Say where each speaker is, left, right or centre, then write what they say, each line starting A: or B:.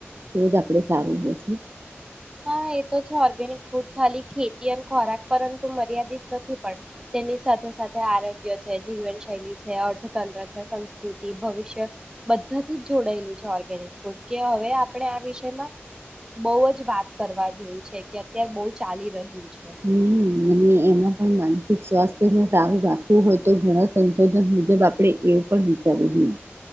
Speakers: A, on the right; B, on the right.
A: તો જ આપડે સારું રહેશે.
B: હા એ તો છે ઓર્ગેનિક ફૂડ ખાલી ખેતી અને ખોરાક પરંતુ મર્યાદિત નથી પણ તેની સાથે સાથે આરોગ્ય છે જીવનશૈલી છે અર્થતંત્ર છે સંસ્કૃતિ ભવિષ્ય બધાથી જ જોડાયેલું છે ઓર્ગેનિક ફૂડ કે હવે આપણે આ વિષયમાં બહ જ વાત કરવા જેવું છે કે અત્યારે બહુ ચાલી રહ્યું છે
A: હમ અને એમાં પણ માનસિક સ્વાસ્થ્યને સારું રાખવું હોય તો ઘણા સંશોધન મુજબ આપણે એવું પણ વિચારવું જોઈએ